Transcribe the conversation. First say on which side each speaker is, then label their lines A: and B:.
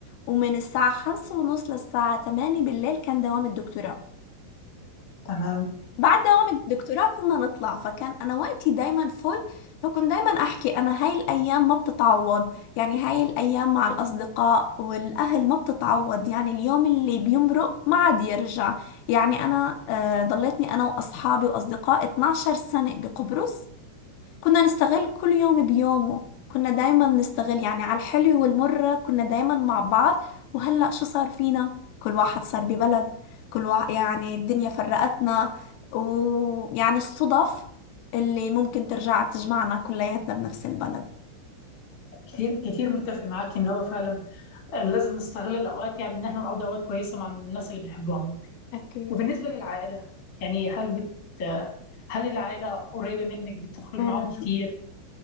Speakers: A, on the left (about 80°); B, on the left (about 40°).
A: ومن الساعة 5 ونص للساعة 8 بالليل كان دوام الدكتوراه
B: تمام
A: بعد دوام الدكتوراه كنا نطلع فكان انا وقتي دايما فل فكنت دايما احكي انا هاي الايام ما بتتعوض يعني هاي الايام مع الاصدقاء والاهل ما بتتعوض يعني اليوم اللي بيمرق ما عاد يرجع يعني انا آه ضليتني انا واصحابي واصدقائي 12 سنة بقبرص كنا نستغل كل يوم بيومه كنا دايما نستغل يعني على الحلو والمر كنا دايما مع بعض وهلأ شو صار فينا كل واحد صار ببلد كل واحد يعني الدنيا فرقتنا ويعني الصدف اللي ممكن ترجع تجمعنا كلياتنا بنفس البلد
B: كتير كتير متفق معاك ان هو فعلا آه، لازم نستغل الاوقات يعني ان احنا نقضي اوقات كويسه مع الناس اللي بنحبهم
A: أكيد
B: وبالنسبه للعائله يعني هل بت آه، هل العائله قريبه منك بتخرج
A: أم،
B: معاهم كتير